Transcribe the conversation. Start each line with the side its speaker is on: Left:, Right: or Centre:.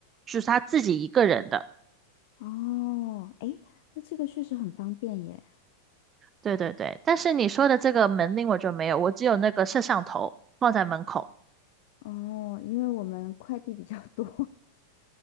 Right: 是他自己一个人的。
Left: 哦，哎，那这个确实很方便耶。
Right: 对对对，但是你说的这个门铃我就没有，我只有那个摄像头放在门口。
Left: 哦，因为我们快递比较多，